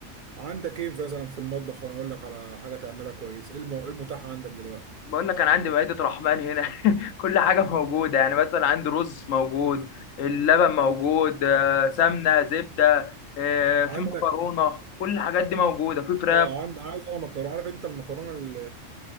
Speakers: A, on the right (about 65°); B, on the left (about 85°).
A: عندك ايه مثلا في المطبخ وانا اقول لك على حاجه تعملها كويس ايه الم- إيه المتاح عندك دلوقتي
B: بقول لك انا عندي مائده رحمن هنا <laughs> كل حاجه موجوده يعني مثلا عندي رز موجود اللبن موجود آه، سمنه زبده آه، في
A: عندك
B: مكرونه كل الحاجات دي موجوده في فراخ
A: اه عند عايز انا مكرونه عارف انت المكرونه ال-